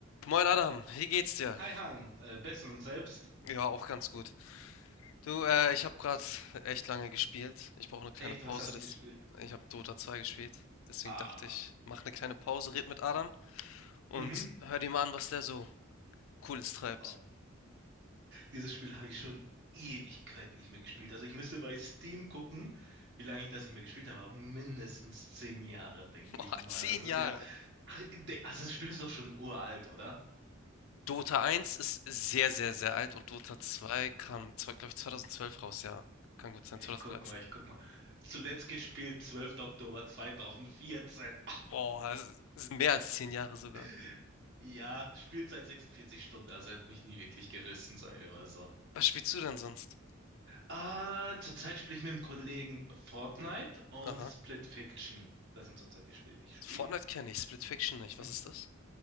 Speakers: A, on the left (about 70°); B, on the right (about 60°).
A: Moin Adam, wie geht's dir?
B: Hi Han, äh, Best und selbst.
A: Ja, auch ganz gut. Du, äh, ich habe gerade echt lange gespielt. Ich brauche eine kleine
B: Echt,
A: Pause.
B: was hast
A: Das,
B: du denn gespielt?
A: ich habe Dota 2 gespielt. Deswegen
B: Ah,
A: dachte ich, mach eine kleine Pause, red mit Adam und
B: mhm.
A: hör dir mal an, was der so Cooles treibt.
B: Oh, dieses Spiel habe ich schon Ewigkeiten nicht mehr gespielt. Also ich müsste bei Steam gucken, wie lange ich das nicht mehr gespielt habe, aber mindestens zehn Jahre, denke
A: <laughs> Boah,
B: ich mal.
A: zehn
B: Also
A: Jahre.
B: es ist ja, Ach, de- also das Spiel ist doch schon uralt, oder?
A: Dota 1 ist sehr, sehr, sehr alt und Dota 2 kam, glaube ich, 2012 raus, ja. Kann gut sein,
B: Ich
A: 2013.
B: guck mal, ich guck mal. Zuletzt gespielt, 12. Oktober 2014.
A: Boah, das ist mehr als zehn Jahre sogar.
B: <laughs> Ja, Spielzeit 46 Stunden, also er hat mich nie wirklich gerissen, sagen wir mal so.
A: Was spielst du denn sonst?
B: Ah, zurzeit spiele ich mit einem Kollegen Fortnite und
A: Aha.
B: Split Fiction. Das sind zurzeit die Spiele, die ich spiele.
A: Fortnite kenne ich, Split Fiction nicht. Was
B: Mhm.
A: ist das?